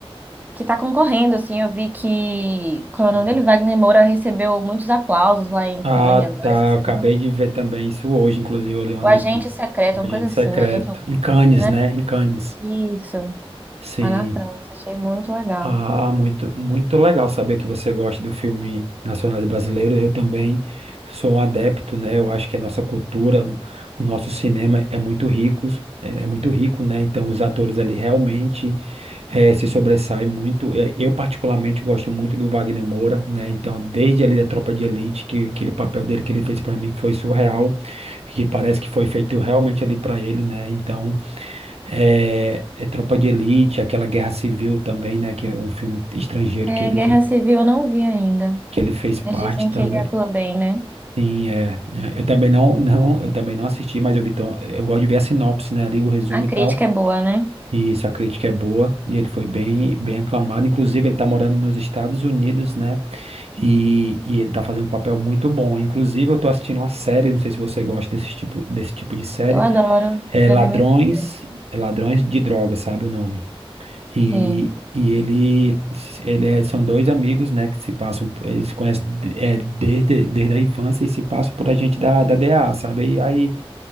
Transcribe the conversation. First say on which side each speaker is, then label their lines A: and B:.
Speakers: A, on the right; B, on the right.
A: que tá concorrendo, assim, eu vi que, como é o nome
B: é...
A: dele, Wagner Moura recebeu muitos aplausos lá em
B: Ah,
A: Cannes agora
B: tá.
A: essa semana.
B: Eu acabei de ver também isso hoje, inclusive, eu li uma
A: O
B: notícia.
A: Agente Secreto,
B: Um agente
A: uma coisa assim,
B: secreto.
A: Agente Oculto,
B: Em Cannes,
A: né?
B: né? Em Cannes.
A: Isso,
B: Sim.
A: lá na França, achei muito legal.
B: Ah, muito, muito legal saber que você gosta do filme nacionais brasileiro. Eu também sou um adepto, né? Eu acho que a nossa cultura, o nosso cinema é muito rico, é, é muito rico, né? Então os atores ali realmente eh, se sobressaem muito. Eh, Eu particularmente gosto muito do Wagner Moura, né? Então desde ali da Tropa de Elite, que aquele papel dele que ele fez para mim que foi surreal, que parece que foi feito realmente ali para ele, né? Então é, é Tropa de Elite, aquela Guerra Civil também, né? Que é um filme estrangeiro
A: É,
B: que ele,
A: Guerra
B: que,
A: Civil eu não vi ainda.
B: que ele fez parte
A: Eles dizem
B: também.
A: que ele atua bem, né?
B: Sim, é. é, Eu também não, não, eu também não assisti, mas eu vi, tão- eu gosto de ver a sinopse, né? Ali o resumo
A: A crítica
B: e tal.
A: é boa, né?
B: E isso, a crítica é boa. E ele foi bem, bem aclamado. Inclusive, ele tá morando nos Estados Unidos, né? E, e ele tá fazendo um papel muito bom. Inclusive, eu tô assistindo uma série, não sei se você gosta desse tipo, desse tipo de série.
A: Eu adoro,
B: É
A: já
B: Ladrões,
A: vi muitas vezes.
B: Ladrões de Drogas, sabe o nome? E,
A: Sim.
B: e ele, ele é- são dois amigos, né, que se passam, eles se conhecem é, desde, desde a infância e se passam por agente da, da DEA, sabe? E aí